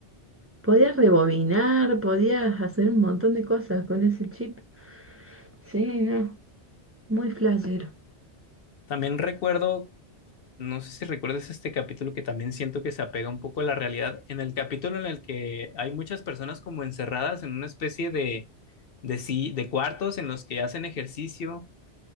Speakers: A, on the right; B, on the left.
A: podías rebobinar, podías hacer un montón de cosas con ese chip. Sí, no, muy flashero.
B: También recuerdo No sé si recuerdas este capítulo que también siento que se apega un poco a la realidad, en el capítulo en el que hay muchas personas como encerradas en una especie de, de, si- de cuartos en los que hacen ejercicio